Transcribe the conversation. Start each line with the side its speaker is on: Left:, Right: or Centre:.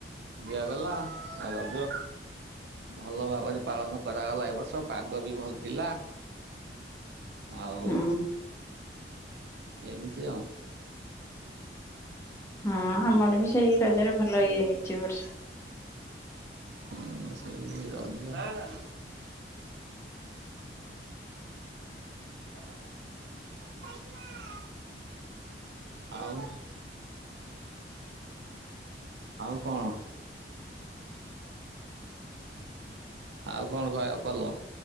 Right: ଦିଆଗଲା। ଆଉ ରଜ ଭଲ ଭାବରେ ପାଳନ କରାଗଲା ଏ ବର୍ଷ ପାଗ ବି ଭଲ ଥିଲା। ଆଉ
Left: ହୁଁ
Right: ଏମିତି ଆଉ।
Left: ହଁ ଆମର ବି ସେଇ ରଜରେ ଭଲ ଇଏ ହେଇଚି ଏ ବର୍ଷ।
Right: ହୁଁ ସେମିତି ରଜ <inaudible> ଆଉ ଆଉ କଣ? ଆଉ କଣ କହା ଭଲ।